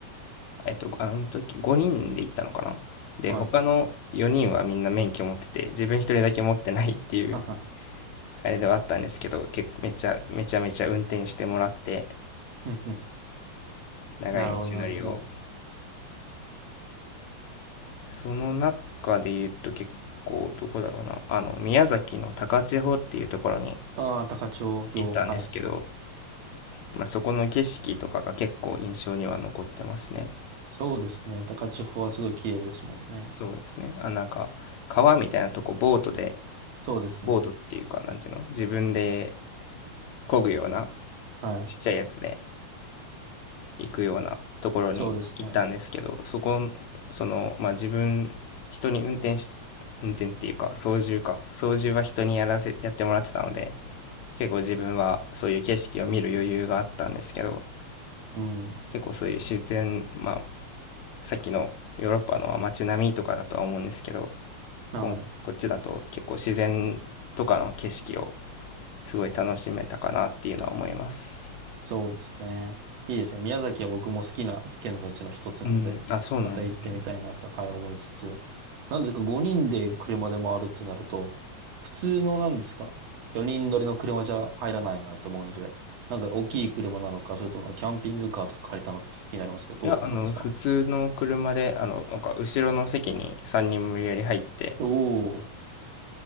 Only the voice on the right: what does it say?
い、はい。
<laughs>
はは
うんうん
なるほど、なるほど。
ああ、高千穂、
はい。
そうですね。高千穂はすごい綺麗ですもんね。
そうですね。
はい。
そうですね。
うん。
はい。
そうですね。いいですね。宮崎は僕も好きな県のうちの一つなので、
また行ってみたいなと、はい、思いつつ。なんですか、5人で車で回るってなると、普通のなんですか、4人乗りの車じゃ入らないなと思うので、なんか大きい車なのか、それともキャンピングカーとか借りたのかとか気になりますけど、どうだったんですか
おお